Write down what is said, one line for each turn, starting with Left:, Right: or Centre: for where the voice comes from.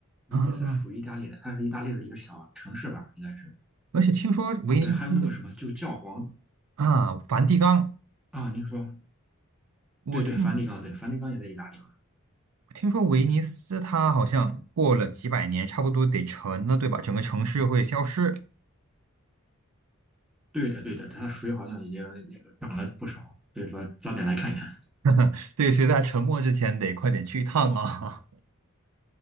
Centre: 威尼斯是属于意大利的，
Right: 啊。
Centre: 它是意大利的一个小城市吧，应该是。
Right: 而且听说威尼斯
Centre: 哦，对，还有那个什么，就教皇
Right: 啊，梵蒂冈，
Centre: 啊，您说，
Right: 我听
Centre: 对对，梵蒂冈，对，梵蒂冈也在意大利嘛。
Right: 听说威尼斯它好像过了几百年，差不多得沉了，对吧？整个城市会消失，
Centre: 对的，对的，它水好像已经也涨了不少，所以说早点来看一看。
Right: <laughs> 对，谁在沉没之前得快点去一趟啊！